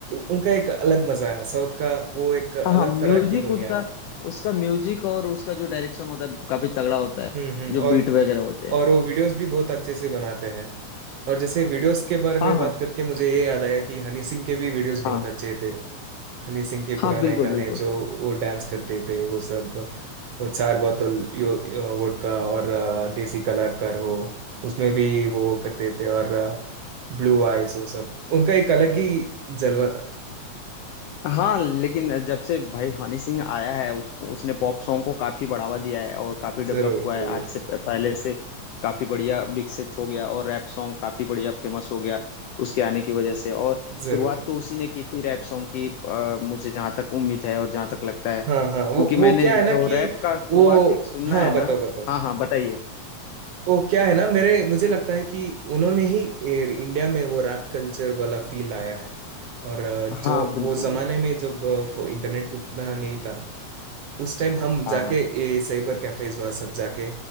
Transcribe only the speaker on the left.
हाँ हाँ म्यूजिक
उसका
उसका म्यूजिक और उसका जो डायरेक्शन होता है काफी तगड़ा होता है
जो
बीट वगैरह होते हैं
हाँ
हाँ
हाँ
हाँ बिल्कुल
बिल्कुल
हाँ लेकिन जब से भाई हनी सिंह आया है उस, उसने पॉप सॉन्ग को काफी बढ़ावा दिया है और काफी डेवलप
हुआ है
आज से प- पहले से काफी बढ़िया विकसित हो गया और रैप सॉन्ग काफी बढ़िया फेमस हो गया उसके आने की वजह से और
शुरुआत तो उसी ने की थी रैप सॉन्ग की अ, मुझे जहाँ तक उम्मीद है और जहाँ तक लगता है
क्योंकि मैंने
जो
रैप का शुरुआती
सुनना
है
ना
हाँ हाँ बताइए
हाँ बिल्कुल
बिल्कुल
हाँ हाँ